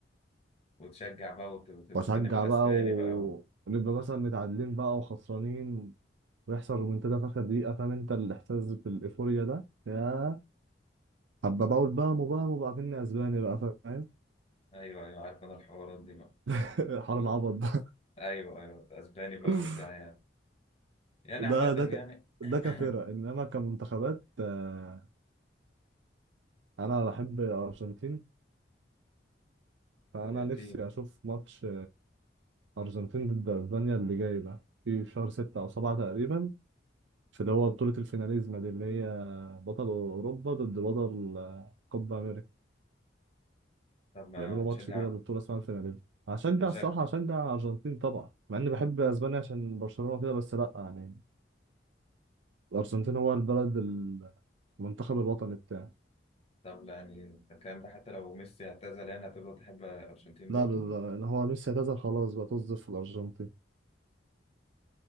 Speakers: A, on the left; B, on the right.
A: وتشجع بقى وت- وت- وتغني
B: واشجع
A: بالاسباني
B: بقى و...
A: بقى و...
B: ونبقى مثلا متعادلين بقى وخسرانين ويحصل رومنتادا في اخر دقيقه فاهم انت الاحساس بالايفوريا ده يا حبه بقول بقى مو بقى مو بقى كني اسباني بقى فاهم
A: ايوه ايوه عارف انا الحوارات دي بقى
B: <laughs> حوار العبط ده
A: ايوه ايوه اسباني
B: <laughs>
A: بقى وبتاع يعني يعني
B: ده
A: عامة
B: ده
A: يعني
B: ك... ده
A: <clears throat>
B: كفرق انما كمنتخبات آه، انا بحب الارجنتين فانا
A: ارجنتين
B: نفسي اشوف ماتش ارجنتين ضد اسبانيا اللي جاي ده في شهر ستة او سبعة تقريبا في اللي هو بطولة الفيناليزما دي اللي هي بطل اوروبا ضد بطل آه، كوبا امريكا
A: طب ما
B: بيعملوا ماتش
A: هتشجع
B: كده ببطولة اسمها الفيناليزما هشجع
A: هتشجع
B: الصراحة هشجع الارجنتين طبعا مع اني بحب اسبانيا عشان برشلونة كده بس لا يعني الارجنتين هو البلد ال- المنتخب الوطني بتاعي
A: طب لا يعني ده الكلام ده حتى لو ميسي اعتزل يعني هتفضل تحب الارجنتين
B: لا
A: برضو
B: بال- اللي هو ميسي اعتزل خلاص بقى تصدف في الارجنتين